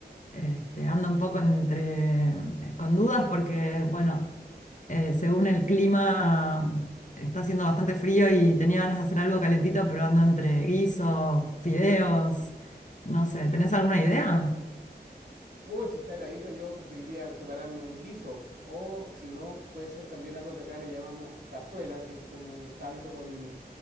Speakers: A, on the left (about 45°); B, on the right (about 80°).
A: Este, ando un poco entre, eh, con dudas porque bueno, eh, según el clima está haciendo bastante frío y tenía ganas de hacer algo calentito, pero ando entre guiso, fideos, no sé, ¿tenés alguna idea?
B: Uy, si está heladito, yo preferiría prepararme un guiso. O si no, puede ser también algo que acá le llamamos cazuela, que es como un caldo con.